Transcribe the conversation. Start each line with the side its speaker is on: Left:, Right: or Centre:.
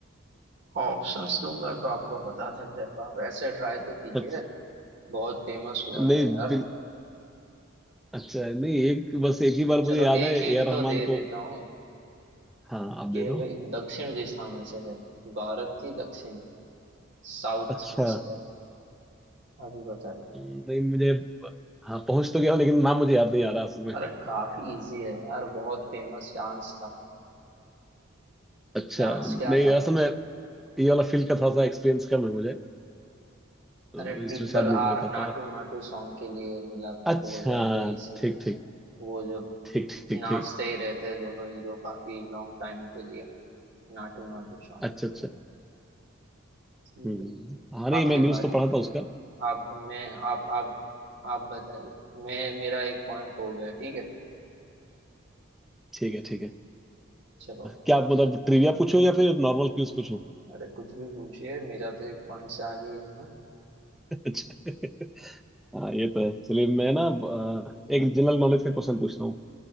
Right: ऑप्शंस दूंगा तो आपको पता चल जाएगा आप ऐसे ट्राई तो कीजिए
Centre: अच्छा,
Right: बहुत फेमस हुआ
Centre: नहीं
Right: था यार
Centre: अच्छा नहीं एक बस एक ही बार
Right: चलो
Centre: मुझे याद
Right: एक
Centre: है
Right: हिंट
Centre: ए आर रहमान
Right: तो दे देता
Centre: को
Right: हूँ
Centre: हाँ आप
Right: कि
Centre: दे दो
Right: भाई दक्षिण दिशा में से है भारत की दक्षिण साउथ
Centre: अच्छा
Right: में से है अभी बताइए
Centre: नहीं मुझे हाँ पहुंच तो गया हूँ, लेकिन नाम मुझे याद नहीं आ रहा असल में
Right: अरे काफी इजी है यार बहुत फेमस डांस था
Centre: अच्छा
Right: डांस क्या
Centre: नहीं
Right: था
Centre: असल में ये वाला फील्ड का थोड़ा सा एक्सपीरियंस कम है मुझे तो
Right: अरे
Centre: इसलिए
Right: triple
Centre: शायद नहीं
Right: R
Centre: बता
Right: Naatu
Centre: पा रहा
Right: Naatu song के लिए मिला था
Centre: अच्छा
Right: 2023
Centre: ठीक
Right: में
Centre: ठीक
Right: वो जो
Centre: ठीक ठीक
Right: नाचते
Centre: ठीक
Right: ही रहते हैं दोनों हीरो काफी लॉन्ग टाइम के लिए नाटू नाटू सॉन्ग
Centre: अच्छा अच्छा
Right: तो ठीक
Centre: हम्म
Right: है
Centre: हाँ नहीं
Right: आपकी
Centre: मैं न्यूज़
Right: बारी
Centre: तो पढ़ा था उसका
Right: आप मैं आप आप आप बताइए मैं मेरा एक पॉइंट हो गया ठीक है
Centre: ठीक है ठीक है अ,
Right: चलो
Centre: क्या आप मतलब ट्रिविया पूछूं या फिर नॉर्मल क्यूज पूछूं
Right: अरे कुछ भी पूछिए मेरा तो एक पॉइंट से आगे ही हूँ मैं।
Centre: <laughs> अच्छा हाँ ये तो है चलिए मैं ना अ, एक जनरल नॉलेज का क्वेश्चन पूछता हूँ